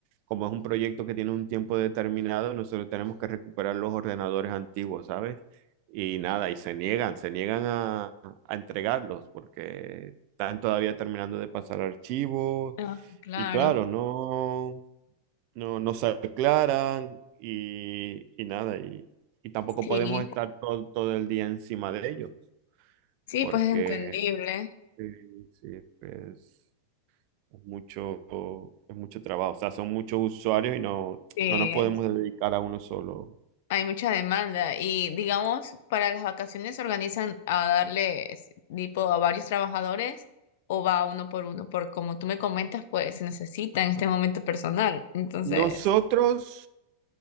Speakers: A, on the right; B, on the left.
A: como es un proyecto que tiene un tiempo determinado, nosotros tenemos que recuperar los ordenadores antiguos, ¿sabes? Y nada, y se niegan, se niegan a, a entregarlos porque están todavía terminando de pasar archivos.
B: Ah, claro,
A: Y claro, no, no, no se aclaran y, y nada, y, y tampoco
B: sí.
A: podemos estar todo, todo el día encima de ellos,
B: Sí,
A: porque
B: pues es entendible.
A: eh, sí, pues es mucho, es mucho trabajo, o sea, son muchos usuarios y no,
B: Sí,
A: no nos podemos dedicar a uno solo.
B: hay mucha demanda y digamos, para las vacaciones se organizan a darle es- tipo a varios trabajadores o va uno por uno, porque como tú me comentas, pues se necesita en este momento personal. Entonces,
A: Nosotros,